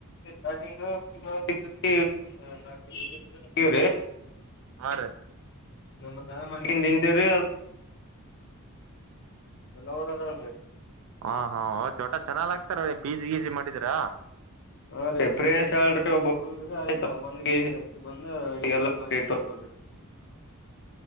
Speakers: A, on the left; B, on the right.
A: ಚಾರ್ಟ್ ಪಿಜ್ಜಾ ಟಿಟ್ ನಾರ್ತ್ ತಿಂತೀವಿರಿ
B: ಹಾ ರೀ
A: ನಮ್ಮದ ನಾವ ಮಾಡಕೊಂಡ ತಿಂತೀವಿ ರೀ ಎಲ್ಲವರದಾಳ ರೀ
B: ಹಾ ಹಾ ಒಟ್ಟ ಚೆನ್ನಾಗ ಆಗ್ತಾರ ಬೀಜಿ ಗೀಜಿ ಮಾಡಿದ್ರ
A: ಹಾ ರೀ ಪ್ರೇಶ್ ಹೇಳಲ್ ಒಬ್ಬ ಹುಡುಗ ಆಯ್ತ ಬಂದ್ ಆಕಿ ಬಂದ ಅಡಿಗೆ ಎಲ್ಲ ಮಾಡಿ ಇಟ್ಟತಳರಿ